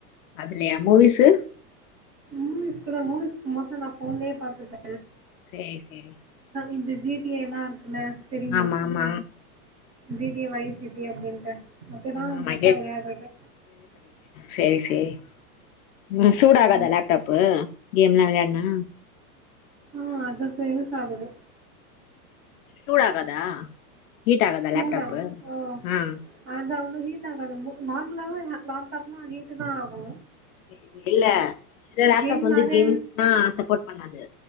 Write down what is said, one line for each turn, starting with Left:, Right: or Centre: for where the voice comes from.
Left: அதுலயா மூவிஸு
Right: மூவிஸ் கூட மூவிஸ் மோஸ்ட்லி நா ஃபோன்லயே பாத்துப்பே
Left: சேரி செரி
Right: இது ஜி டி ஏ எல்லா இருக் அவள தெரியுமா
Left: ஆமா ஆமா
Right: G T A wise city அப்டின்ட்டு அதுதா
Left: ஆமா ஆமா
Right: மோஸ்டா வெளயாடுறது
Left: செரி செரி ம் சூடாகாதா
Right: ஆமா
Left: லேப்டாப்பு கேம்லா வெளயாட்னா
Right: ஆ அது இப்ப யூஸ் ஆகுது
Left: சூடாகாதா ஹீட் ஆகாதா
Right: சூடாவு
Left: லேப்டாப்பு
Right: ஓ
Left: ஆ
Right: அதா ஹி ஹீட் ஆகாது ந நார்மலாவே ல லேப்டாப்னா ஹீட்டு தா ஆகு
Left: செ இது இல்ல சில லேப்டாப்
Right: கேம்னாலே
Left: வந்து கேம்ஸ்க்லா சப்போர்ட் பண்ணாது